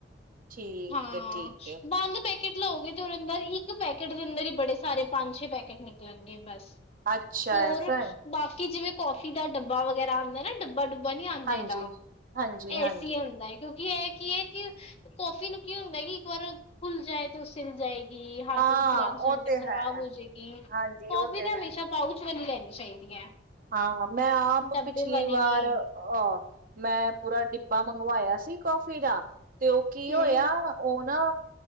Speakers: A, on the right; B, on the left.
A: ਠੀਕ
B: ਹਾਂ
A: ਹੈ ਠੀਕ ਹੈ
B: ਬੰਦ ਪੈ ਪੈਕੇਟ ਲਓਗੇ ਤੇ ਉਹਦੇ ਅੰਦਰ ਇੱਕ ਪੈਕੇਟ ਦੇ ਅੰਦਰ ਹੀ ਬੜੇ ਸਾਰੇ ਪੰਜ ਛੇ ਪੈਕੇਟ ਨਿਕਲਣਗੇ ਬਸ।
A: ਅੱਛਾ
B: ਹੋਰ
A: ਐਸਾ ਹੈ
B: ਬਾਕੀ ਜਿਵੇਂ ਕੌਫੀ ਦਾ ਡੱਬਾ ਵਗੈਰਾ ਆਉਂਦੇ ਨਾ ਡੱ ਡੱਬਾ-ਡੂਬਾ ਨੀ ਆਉਂਦਾ
A: ਹਾਂਜੀ
B: ਇਹਦਾ
A: ਹਾਂਜੀ ਹਾਂਜੀ
B: ਏਸੀ ਹੁੰਦਾ ਕਿਉਂ ਇਹ ਕੀ ਹੈ ਕਿ ਕੌਫੀ ਨੂੰ ਕੀ ਹੁੰਦਾ ਕਿ ਇੱਕ ਵਾਰ ਖੁੱਲ ਜਾਏ ਤੁ ਸੀਲ ਜਾਏ ਹੱਥ-ਹੂੱਥ
A: ਹਾਂ
B: ਲੱਗ ਜਾਣ
A: ਉਹ
B: ਤੇ ਖਰਾਬ
A: ਹੈ
B: ਹੋ ਜਾਏਗੀ
A: ਹਾਂਜੀ
B: ਕੌਫੀ
A: ਉਹ
B: ਤੇ ਹਮੇਸ਼ਾ
A: ਹੈ
B: ਪਾਊਚ ਵੀ ਲੈ ਚਾਹੀਦੀ ਹੈ।
A: ਹਾਂ ਮੈਂ ਆਪ
B: ਡੱਬੇ
A: ਪਿਛਲੀ
B: ਵਾਲੀ
A: ਵਾਰ
B: ਨੀ
A: ਅਹ ਮੈਂ ਪੂਰਾ ਡਿੱਬਾ ਮੰਗਵਾਇਆ ਸੀ ਕੌਫੀ ਦਾ ਤੇ ਉਹ ਕੀ
B: ਹਮ
A: ਹੋਇਆ ਉਹ ਨਾ